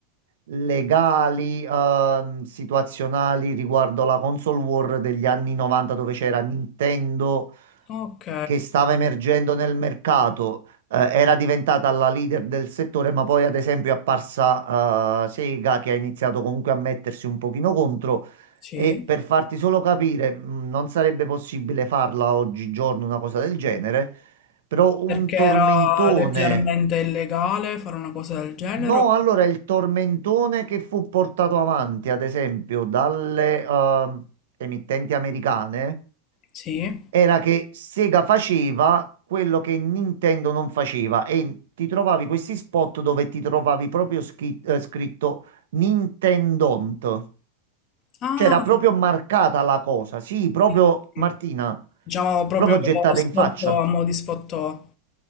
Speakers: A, on the right; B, on the left.
A: legali, ehm, situazionali riguardo la console war degli anni 90 dove c'era Nintendo
B: ok,
A: che stava emergendo nel mercato, eh, era diventata la leader del settore, ma poi ad esempio è apparsa eh, Sega che ha iniziato comunque a mettersi un pochino contro.
B: sì.
A: E per farti solo capire, mh, non sarebbe possibile farla oggigiorno una cosa del genere, però un
B: Perché
A: tormentone.
B: era leggermente illegale fare una cosa del genere?
A: No, allora il tormentone che fu portato avanti, ad esempio, dalle ehm, emittenti americane
B: Sì.
A: era che Sega faceva quello che Nintendo non faceva e ti trovavi questi spot dove ti trovavi proprio schi- eh, scritto Nintendont.
B: Ah,
A: C'era proprio marcata la cosa, sì, proprio
B: sì, sì.
A: Martina,
B: Diciamo proprio
A: proprio gettata
B: sfottò,
A: in faccia.
B: a mo' di sfottò.